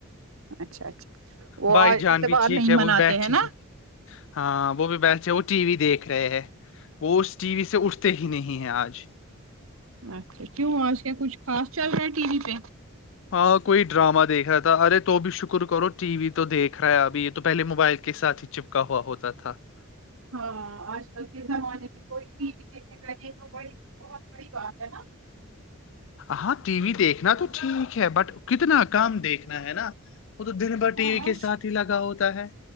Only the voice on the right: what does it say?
اچھا اچھا وہ
آج
اتوار
نہیں
مناتے
ہیں نا
اچھا کیوں آج کیا کچھ خاص چل رہا ہے ٹی وی پہ
ہاں آج کل کے زمانے میں کوئی ٹی وی دیکھے گا یہ تو بڑی بہت بڑی بات ہے نا
ہاں